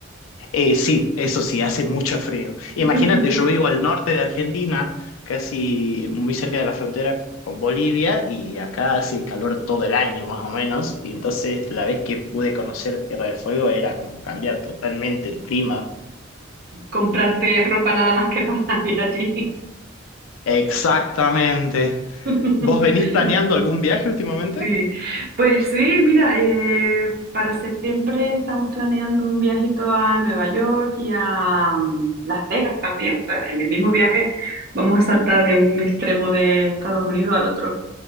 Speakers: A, on the left; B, on the right.
A: Eh, sí, eso sí, hace mucho frío. Imagínate,
B: <laughs>
A: yo vivo al norte de Argentina, casi muy cerca de la frontera con Bolivia, y acá hace calor todo el año más o menos, y entonces la vez que pude conocer Tierra del Fuego era como cambiar totalmente el clima.
B: Comprarte ropa nada más que para <laughs> ir allí.
A: Exactamente.
B: <laughs>
A: ¿Vos venís planeando algún viaje últimamente?
B: Sí. Pues sí, mira, eh, para septiembre estamos planeando un viajito a Nueva York y a mm, Las Vegas también. O sea, en el mismo viaje vamos a saltar de un extremo de Estados Unidos al otro.